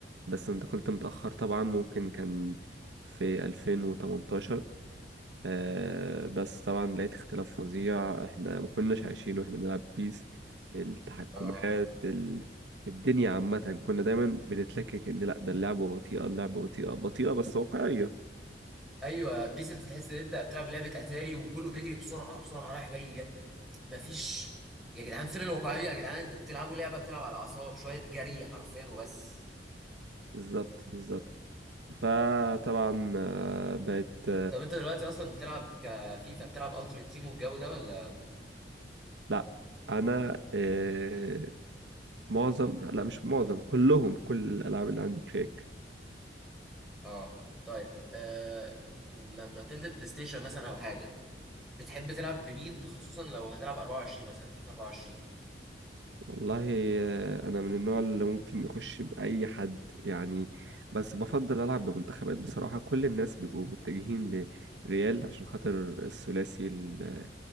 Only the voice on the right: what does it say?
بس انتقلت متأخر طبعا ممكن كان في 2018 آه، بس طبعا لقيت اختلاف فظيع احنا ما كناش عايشين واحنا بنلعب بيس التحكمات
ال... الدنيا عامة كنا دايما بنتلكك ان لا ده اللعبة بطيئة اللعبة بطيئة بطيئة بس واقعية
بالظبط بالظبط فطبعا آه، بقت
لا انا آه، معظم لا مش معظم كلهم كل الالعاب اللي عندي كريك
والله آه، انا من النوع اللي ممكن يخش باي حد يعني بس بفضل العب بمنتخبات بصراحه كل الناس بيبقوا متجهين لريال عشان خاطر الثلاثي ال-